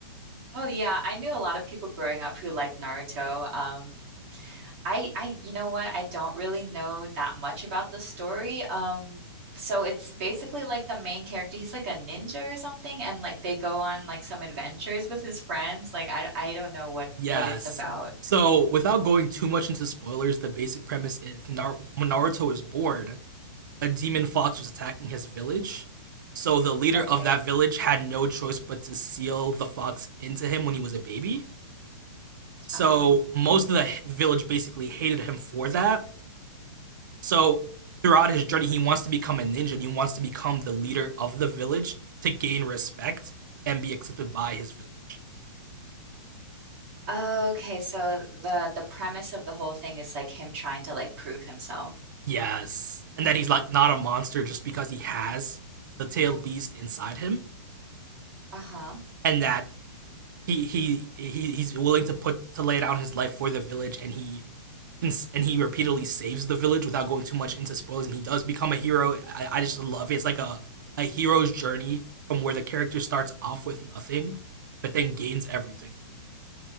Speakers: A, on the right (about 30°); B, on the right (about 45°).
A: Oh yeah, I knew a lot of people growing up who liked Naruto. Um, I I you know what? I don't really know that much about the story. Um, so it's basically like the main character, he's like a ninja or something, and like they go on like some adventures with his friends. Like I I don't know what
B: Yes.
A: what it's about.
B: So without going too much into spoilers, the basic premise is Nar- when Naruto is born, a demon fox was attacking his village. So the leader
A: Okay.
B: of that village had no choice but to seal the fox into him when he was a baby. So
A: Oh.
B: most of the village basically hated him for that. So throughout his journey, he wants to become a ninja and he wants to become the leader of the village to gain respect and be accepted by his village.
A: Oh, Okay, so the the premise of the whole thing is like him trying to like prove himself.
B: Yes. And that he's like not a monster just because he has the tailed beast inside him
A: Uh-huh.
B: and that he he, he he's willing to put to lay down his life for the village and he and he repeatedly saves the village without going too much into spoilers and he does become a hero. I, I just love it. It's like a, a hero's journey from where the character starts off with nothing but then gains everything.